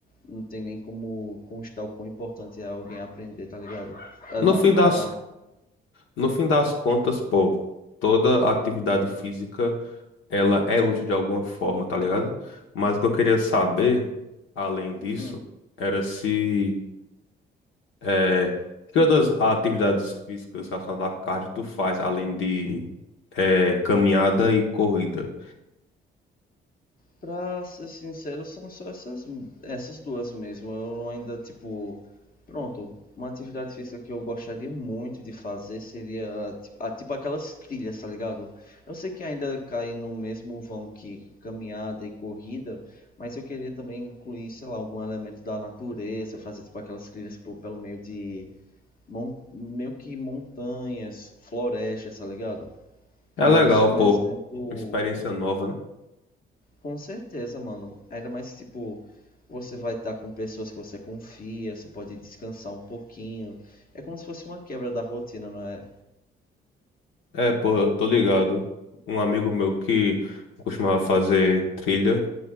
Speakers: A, on the left (about 45°); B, on the left (about 80°).
A: não tem nem como constar o quão importante é alguém aprender, tá ligado? A
B: No
A: nat
B: fim das
A: a nat-
B: No fim das contas, pô, toda atividade física, ela é útil de alguma forma, tá ligado? Mas o que eu queria saber, além disso,
A: hum.
B: era se, eh, que outras atividades físicas relacionadas à cardio tu faz, além de, eh, caminhada e corrida?
A: Pra ser sincero, são só essas, essas duas mesmo. Eu ainda, tipo. Pronto, uma atividade física que eu gostaria muito de fazer seria tipo, ah, tipo aquelas trilhas, tá ligado? Eu sei que ainda cai no mesmo vão que caminhada e corrida, mas eu queria também incluir, sei lá, algum elemento da natureza, fazer tipo aquelas trilhas tipo, pelo meio de mon- meio que montanhas, florestas, tá ligado? Mas
B: É legal,
A: um
B: pô,
A: exemplo
B: uma experiência nova, né?
A: com certeza, mano. Ainda mais que, tipo, você vai estar com pessoas que você confia, você pode descansar um pouquinho. É como se fosse uma quebra da rotina, não é?
B: É, pô, eu tô ligado. Um amigo meu que costumava fazer trilha,